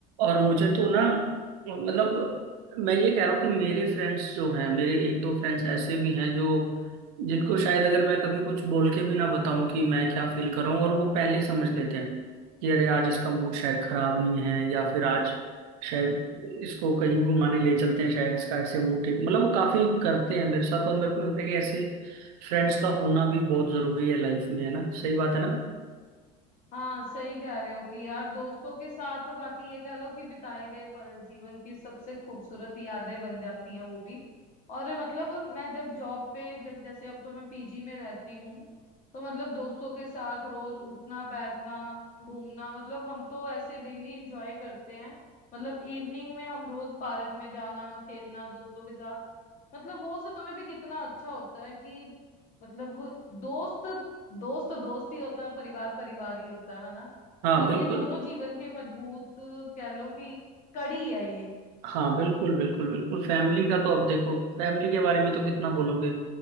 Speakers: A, on the right; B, on the left.
A: और मुझे तो ना मतलब मैं ये कह रहा हूँ कि मेरे फ्रेंड्स जो हैं मेरे एक दो फ्रेंड्स ऐसे भी हैं जो जिनको शायद अगर मैं कभी कुछ बोल के भी ना बताऊं कि मैं क्या फील कर रहा हूँ और वो पहले ही समझ लेते हैं कि अरे आज इसका मूड शायद खराब नहीं है या फिर आज शायद इसको कहीं घुमाने ले चलते हैं शायद इसका ऐसे मूड ठीक मतलब वो काफी करते हैं मेरे साथ और मेरे को लगता है कि ऐसे फ्रेंड्स का होना भी बहुत जरूरी है लाइफ में है ना सही बात है ना
B: हाँ सही कह रहे हो कि यार दोस्तों के साथ बाकी ये कह लो कि बिताए गए पल जीवन की सबसे खूबसूरत यादें बन जाती हैं वो भी और मतलब मैं जब जॉब पे ज- जैसे अब तो मैं पीजी में रहती हूँ तो मतलब दोस्तों के साथ रोज उठना बैठना घूमना मतलब हम तो ऐसे डेली एंजॉय करते हैं मतलब इवनिंग में हम रोज पार्क में जाना खेलना दोस्तों के साथ मतलब वो समय भी कितना अच्छा होता है कि मतलब दोस्त दोस्त तो दोस्त ही होता है परिवार परिवार ही होता है है ना
A: हाँ
B: मतलब
A: बिल्कुल
B: ये दोनों जीवन के मजबूत कह लो कि कड़ी है ये
A: हाँ बिल्कुल बिल्कुल बिल्कुल फैमिली का तो अब देखो फैमिली के बारे में तो कितना बोलोगे